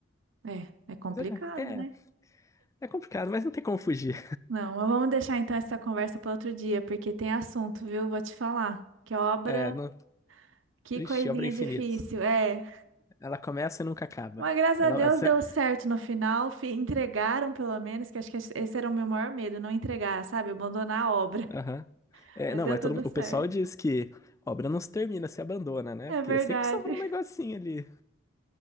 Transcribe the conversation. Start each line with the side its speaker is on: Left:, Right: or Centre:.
Right: É, é complicado,
Left: Mas eu já- é,
Right: né?
Left: é complicado, mas não tem como fugir.
Right: Não, mas vamos deixar então essa conversa para outro dia, porque tem assunto, viu? Vou te falar. Que obra,
Left: É, não,
Right: que
Left: vixe,
Right: coisinha
Left: obra é infinita.
Right: difícil. É.
Left: Ela começa e nunca acaba.
Right: Mas graças
Left: Ela,
Right: a Deus
Left: essa-
Right: deu certo no final. fi- Entregaram, pelo menos, que acho que esse era o meu maior medo, não entregar, sabe? Abandonar a obra.
Left: aham. É,
Right: Mas
Left: não,
Right: deu
Left: mas
Right: tudo
Left: todo, mundo-
Right: certo.
Left: o pessoal diz que obra não se termina, se abandona, né?
Right: É
Left: Porque
Right: verdade.
Left: sempre sobra um negocinho ali.